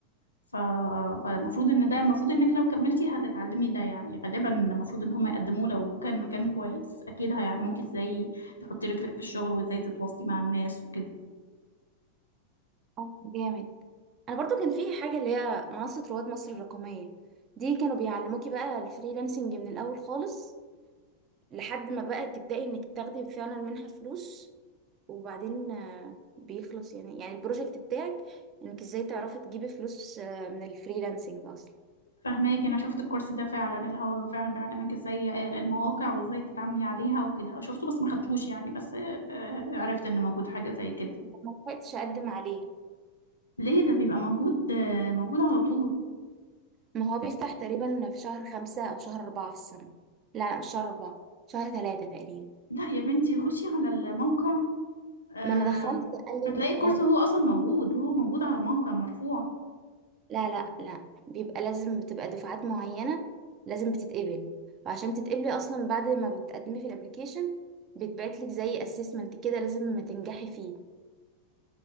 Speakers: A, on the left; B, on the right.
A: ف... فالمفروض ان ده المفروض انك لو كملتي هتتعلمي ده يعني غالبا المفروض ان هم يقدموه لو كان مكان كويس اكيد هيعلموك ازاي تحطي رجلك في الشغل وازاي تتواصلي مع الناس وكده
B: اه جامد انا برضو كان في حاجة اللي هي منصة رواد مصر الرقمية دي كانوا بيعلموكي بقى الفريلانسنج من الاول خالص لحد ما بقى تبدأي انك تاخدي فعلا منها فلوس وبعدين آه، بيخلص يعني يعني البروجكت بتاعك انك ازاي تعرفي تجيبي فلوس آه، من الفريلانسنج اصلا
A: فهماكي انا شفت الكورس ده فعلا اللي هو فعلا بيعلمك ازاي آه، المواقع وازاي تتعاملي عليها وكده شفته بس ما خدتوش يعني بس آه، آه، عرفت ان موجود حاجة زي كده
B: ما لحقتش اقدم عليه
A: ليه ده بيبقى موجود آه، موجود على طول
B: ما هو بيفتح تقريبا في شهر خمسة او شهر اربعة في السنة لا لا مش شهر اربعة شهر ثلاثة تقريبا
A: لا يا بنتي خشي على الموقع آه،
B: ما انا دخلت قال
A: هتلاقي الكورس
B: لي
A: هو اصلا موجود هو موجود على الموقع مرفوع
B: لا لا لا بيبقى لازم بتبقى دفعات معينة لازم بتتقبل وعشان تتقبلي أصلا بعد ما بتقدمي في الابليكيشن بيتبعتلك زي assessment كده لازم تنجحي فيه